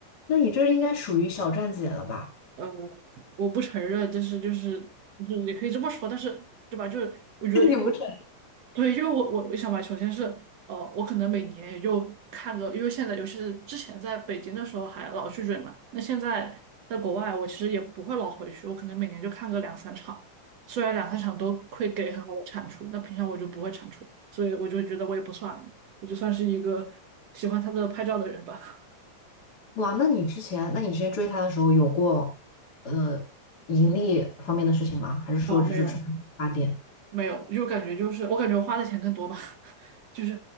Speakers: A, on the left; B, on the right.
A: 那你这应该属于小站姐了吧？
B: 呃，我不承认，但是就是就是也可以这么说，但是对吧？就是我觉得因为，
A: <laughs> 你不是？
B: 我，对，因为我我我想吧，首先是呃，我可能每年也就看个，因为现在尤其是之前在北京的时候还老去追嘛，那现在在国外，我其实也不会老回去，我可能每年就看个两三场，虽然两三场都会给很好的产出，那平常我就不会产出，所以我就觉得我也不算，我就算是一个喜欢他的拍照的人吧。<laughs>
A: 哇，那你之前那你之前追他的时候有过呃盈利方面的事情吗？还是说只是纯发电？
B: 啊、没有。没有，就感觉就是我感觉我花的钱更多吧，<laughs> 就是